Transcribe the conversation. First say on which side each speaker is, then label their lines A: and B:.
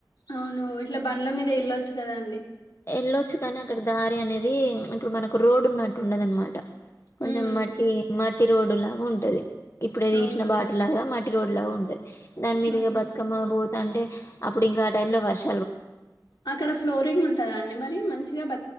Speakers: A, on the left (about 75°); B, on the left (about 40°).
A: అవును ఇట్లా బండ్ల మీద వెళ్ళొచ్చు కదా అండి
B: ఎళ్ళొచ్చు కానీ అక్కడ దారి అనేది ఇప్పుడు మనకు రోడ్ ఉన్నట్టు ఉండదు అనమాట
A: హ్మ్
B: కొంచెం మట్టి మట్టి రోడ్డులాగా ఉంటది ఇప్పుడే తీసిన
A: అవునా
B: బాట లాగా మ రోడ్ లాగా ఉంటది దాని మీదిగ
A: అయ్యో
B: బతుకమ్మ బోతంటే అప్పుడు ఇంకా ఆ టైం లో వర్ష
A: అక్కడ ఫ్లోరింగ్ ఉంటదా అండి మరి మంచిగా బ